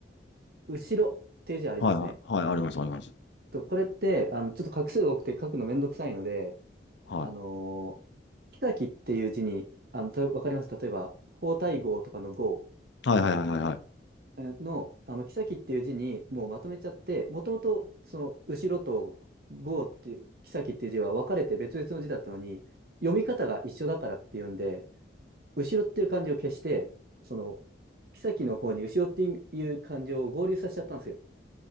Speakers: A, on the right (about 55°); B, on the left (about 80°).
A: 後ろっていう字ありますね。
B: はいはいはい。あります、あります。
A: と、これって、あの、ちょっと画数多くて書くのめんどくさいので、
B: はい。
A: あのー、木崎っていう字に、あの、たわかります例えば、皇太后とかの号
B: はいはいはいはいはい。
A: の、あの、木崎っていう字にもうまとめちゃって、もともと、その、後ろと号っていう、木崎っていう字は分かれて別々の字だったのに、読み方が一緒だからっていうんで、後ろっていう漢字を消して、その、木崎の方に後ろっていう漢字を合流させちゃったんですよ。